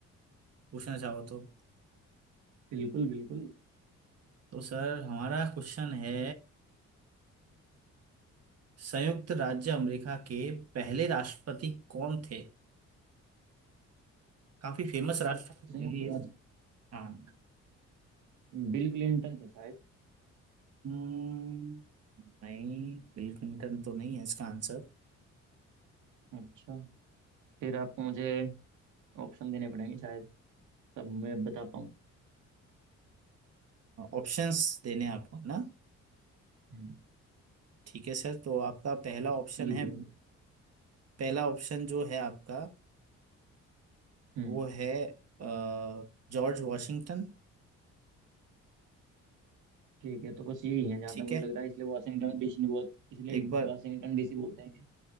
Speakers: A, on the right; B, on the right.
A: पूछना चाहो तो
B: बिल्कुल बिल्कुल
A: तो सर हमारा क्वेश्चन है संयुक्त राज्य अमेरिका के पहले राष्ट्रपति कौन थे काफी फेमस राष्ट्रपति
B: संयुक्त
A: हैं ये
B: राज्य
A: हाँ
B: बिल क्लिंटन थे शायद
A: हम्म, नहीं बिल क्लिंटन तो नहीं है इसका आंसर
B: अच्छा फिर आपको मुझे ऑप्शन देने पड़ेंगे शायद तब मैं बता पाऊँ
A: ऑप्शंस देने आपको है ना
B: हम्म
A: ठीक है सर तो आपका पहला ऑप्शन
B: जी
A: है
B: बिल्कुल
A: पहला ऑप्शन जो है आपका
B: हम्म
A: वो है अ, जॉर्ज वॉशिंगटन
B: ठीक है तो बस यही है जहाँ
A: ठीक
B: तक मुझे
A: है
B: लग रहा है इसलिए वाशिंगटन डीसी बोल इसलिए
A: एक बार
B: वाशिंगटन डीसी बोलते हैं क्या